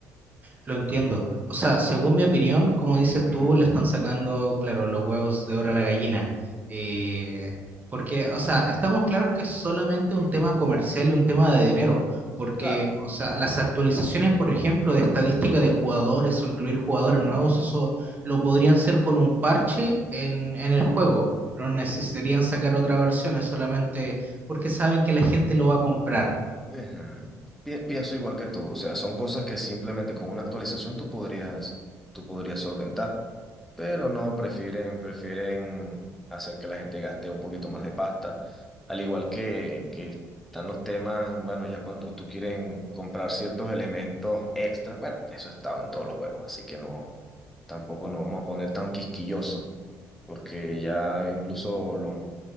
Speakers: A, on the right (about 30°); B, in the centre.
A: Lo entiendo. O sea, según mi opinión, como dices
B: Ujú,
A: tú, le están sacando, claro, los huevos de oro a la gallina. Eh, porque, o sea, estamos claros que es solamente un
B: ujú,
A: tema comercial y un tema de dinero. Porque,
B: Claro.
A: o sea, las actualizaciones, por ejemplo, de estadística de jugadores o incluir jugadores
B: ujú.
A: nuevos, eso lo podrían hacer con un parche en, en el juego. No necesitarían sacar otra versión, es solamente porque saben que la gente lo va a comprar.
B: Ajá. Pi- pienso igual que tú, o sea, son cosas que simplemente con una actualización tú podrías, tú podrías solventar, pero no, prefieren, prefieren hacer que la gente gaste un poquito más de pasta, al igual que, que están los temas, bueno, ya cuando tú quieren comprar ciertos elementos extra, bueno, eso ha estado en todos los juegos, así que no, tampoco nos vamos a poner tan quisquillosos, porque ya incluso los